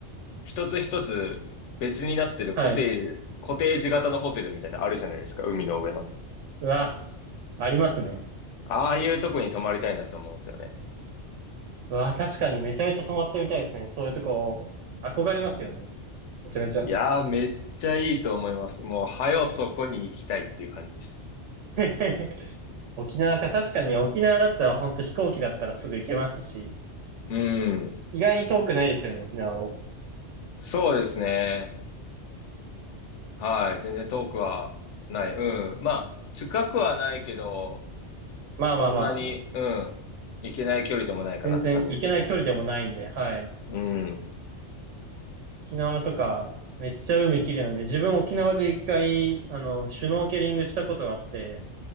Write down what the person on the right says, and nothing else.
はい。
うわ、ありますね。
うわ、確かにめちゃめちゃ泊まってみたいですね。そういうとこ、憧れますよね。めちゃめちゃ。
<laughs> 沖縄か、確かに沖縄だったら本当飛行機だったらすぐ行けますし、
意外に遠くないですよね、沖縄も。
まあまあまあ
全然行けない距離でもないんで、はい。
沖縄とか、めっちゃ海綺麗なんで、自分沖縄で一回、あの、シュノーケリングしたことがあって、